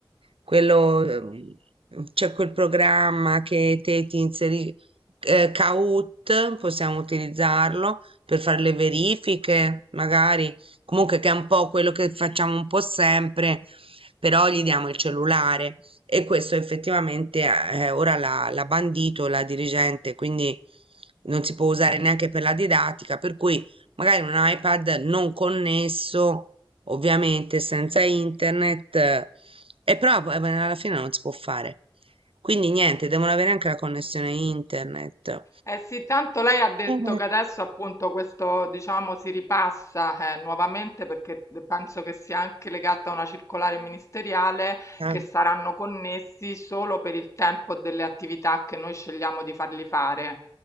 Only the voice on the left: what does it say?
Eh sì, tanto lei ha detto
che adesso appunto questo, diciamo, si ripassa eh, nuovamente perché penso che sia anche legata a una circolare ministeriale
che saranno connessi solo per il tempo delle attività che noi scegliamo di fargli fare.